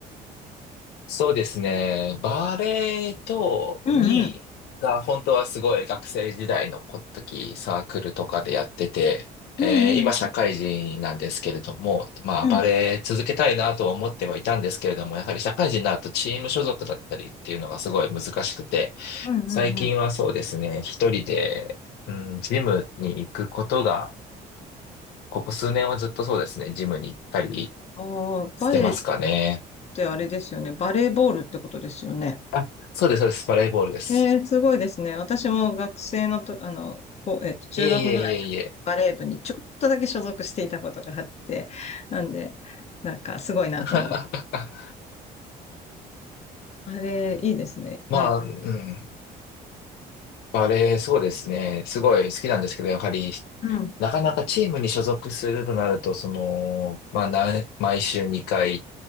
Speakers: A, on the left (about 80°); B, on the left (about 40°).
A: そうですね。バレエと、
B: うんうん。
A: に、が、本当はすごい学生時代の時、サークルとかでやってて、
B: うんうん
A: えー今社会人なんですけれども、まあバレエ続けたいなとは思ってはいたんですけれども、
B: うん。うん
A: やはり社会人になるとチーム所属だったりっていうのがすごい難しくて、
B: うんうんうん。
A: 最近はそうですね、一人で、うん、ジムに行くことが、ここ数年はずっとそうですね、ジムに行ったり
B: ああ、
A: してますかね。
B: バレエってあれですよね。バレーボールってことですよね。
A: あ、そうです、そうです、バレーボールです。
B: えー、すごいですね。私も学生のと、あの、こうえっと、中学ぐらいの時バレー部にちょっとだけ所属していたことがあって、
A: いえいえいえいえ。
B: なんで、なんかすごいなと思う。
A: <laughs>
B: バレーいいですね。
A: まあ、
B: なんか、
A: うん。バレー、そうですね。すごい好きなんですけど、やはり、
B: うん、
A: なかなかチームに所属するとなると、その、まあ、な毎週2回、